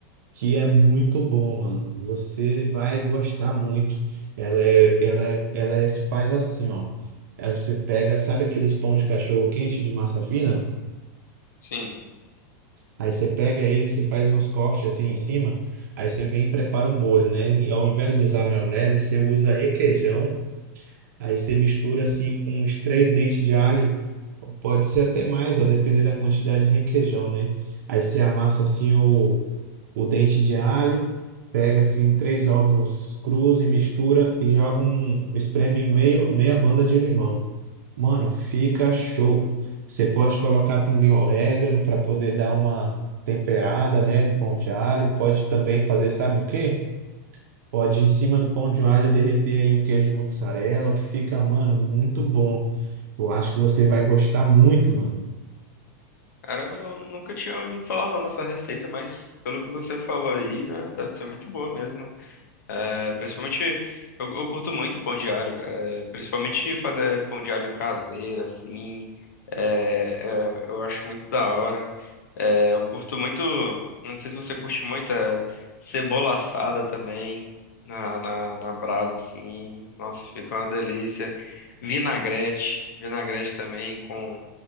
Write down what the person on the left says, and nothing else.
Sim.
Caramba, eu não, nunca tinha ouvido falar, não, nessa receita, mas pelo que você falou aí, né, deve ser muito boa mesmo. É, Principalmente, eu, eu curto muito pão de alho, cara. É, Principalmente fazer pão de alho caseiro, assim. é, é, eu acho muito da hora. É, eu curto muito, não sei se você curte muito, é, cebola assada também, na, na, na brasa, assim. Nossa, fica uma delícia. Vinagrete, vinagrete também, com